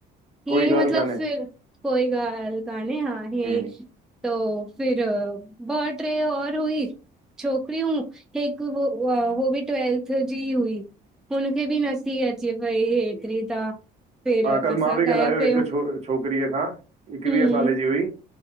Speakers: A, in the centre; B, on the right.
A: हीअं
B: कोई
A: ई मतलब,
B: ॻाल्हि कान्हे
A: फिर कोई ॻाल्हि कान्हे हा
B: हम्म
A: हीअं ई तो फिर ब ट्रे और हुई छोकरीयूँ हिकु हो ऊहा हो बि ट्वेल्थ जी हुई हुनखे बि नथी अचे पई हेतिरी त फिर
B: हा कल
A: असां
B: मां बि ॻाल्हायो
A: कया पियो
B: हिकु छो छोकिरीअ सां एकवीह
A: हम्म
B: साल जी हुई